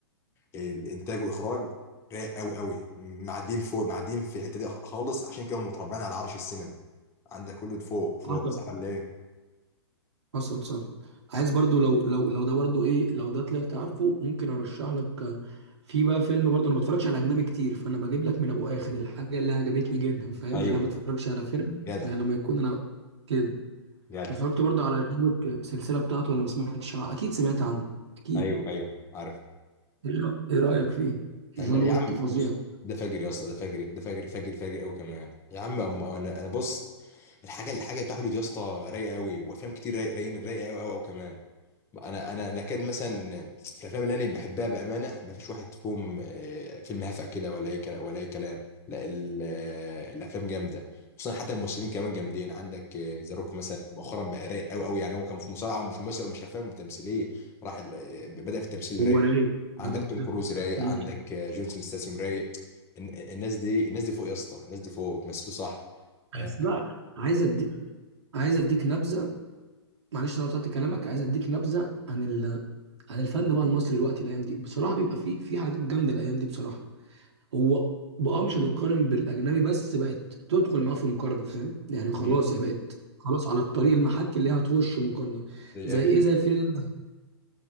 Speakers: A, on the left; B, on the right.
A: الانتاج والاخراج رايق قوي قوي معديين فوق معديين في الحته دي خالص عشان كده هم متربعين على عرش السينما عندك كله فوق فوق
B: آه.
A: صح ولا ايه
B: حصل صح عايز برضو لو لو لو ده برضو ايه لو ده طلعت عارفه ممكن ارشح لك آه، في بقى فيلم برضو انا ما بتفرجش على اجنبي كتير فانا بجيب لك من ابو اخر الحاجه اللي عجبتني جدا فاهم يعني
A: ايوه
B: انا ما بتفرجش على فيلم
A: جدع
B: غير لما يكون انا كده
A: جدع
B: اتفرجت برضو على جون ويك السلسله بتاعته ولا ما سمعتش عنه؟ اكيد سمعت عنه اكيد
A: ايوه ايوه عارف
B: ايه رأ- إيه رايك فيه
A: لا
B: جون
A: لا يا
B: ويك
A: عم
B: فظيع
A: بص ده فاجر يا اسطى ده فاجر ده فاجر فاجر فاجر قوي كمان يعني. يا عم أم- انا انا بص الحاجه الحاجه بتاع هوليوود يا اسطى رايقه قوي وافلام كتير رايق- رايقين رايقه قوي قوي قوي كمان انا انا نكاد مثلا في الافلام اللي انا بحبها بامانه ما فيش واحد فيهم آه، فيلم هفأ كده ولا اي كلام ولا اي كلام لا ال- آه، الافلام جامده خصوصا حتى الممثلين كمان جامدين عندك آه، ذا روك مثلا مؤخرا بقى رايق قوي قوي يعني هو كان في مصارعه مش ممثل ومش افلام تمثيليه راح ال- آه، بدأ في التمثيل
B: هو
A: رايق
B: رايق
A: عندك
B: لا، لا،
A: توم
B: لا.
A: كروز رايق
B: مم.
A: عندك آه، جونسون ستاسيوم رايق الن- الناس دي الناس دي فوق يا اسطى الناس دي فوق بيمثلوا صح آه،
B: بس بقى عايز اديك عايز اديك نبذه معلش انا قطعت كلامك عايز اديك نبذه عن ال... عن الفن بقى المصري دلوقتي الايام دي بصراحه بيبقى في في حاجات جامده الايام دي بصراحه هو بقى مش هتتقارن بالاجنبي بس بقت تدخل معاه في مقارنه فاهم يعني خلاص
A: مم.
B: هي بقت خلاص على الطريق المحك اللي هي هتخش مقارنه
A: زي
B: زي
A: كده
B: ايه زي الفيلم اللي أنا